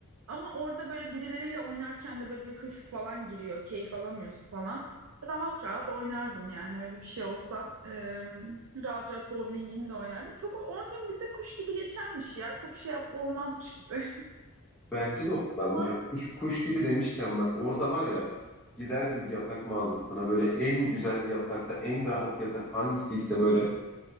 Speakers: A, on the right; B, in the centre.
A: ama orada böyle birileriyle oynarken de böyle bir hırs falan giriyor keyif alamıyorsun falan rahat rahat oynardım yani öyle bir şey olsa Eee, rahat rahat bowlingimi de oynardım çok o 10 gün bize kuş gibi geçermiş ya çok şey yap olmazmış bize
B: Bence de olmazmış.
A: <laughs>
B: Kuş, kuş gibi demişken bak orada var ya giderdim bir yatak mağazasına böyle en güzel yatakta en rahat yatak hangisiyse böyle